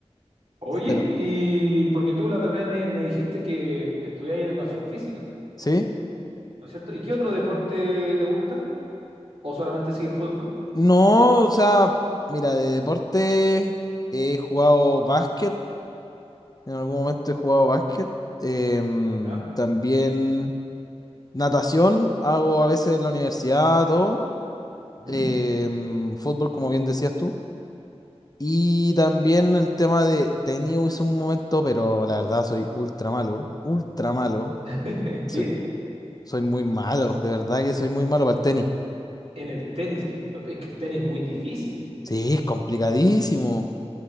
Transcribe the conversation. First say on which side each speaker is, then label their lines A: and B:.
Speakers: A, on the right; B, on the left.
A: Oye,
B: Cero.
A: y porque tú la otra vez me, me dijiste que estudiáis educación física,
B: ¿Sí?
A: ¿no es cierto? ¿Y qué otro deporte te gusta? ¿O solamente sigues fútbol?
B: No, o sea, mira, de deporte he jugado básquet. En algún momento he jugado básquet. em,
A: ¿Ya?
B: también natación hago a veces en la universidad, todo.
A: Ujú.
B: em, fútbol, como bien decías tú. Y también el tema de tenis hice un momento, pero la verdad soy ultra malo. Ultra malo.
A: ¿En qué?
B: Soy, soy muy malo. De verdad que soy muy malo para el tenis.
A: En el tenis. Es que el tenis es muy difícil.
B: Sí, es complicadísimo.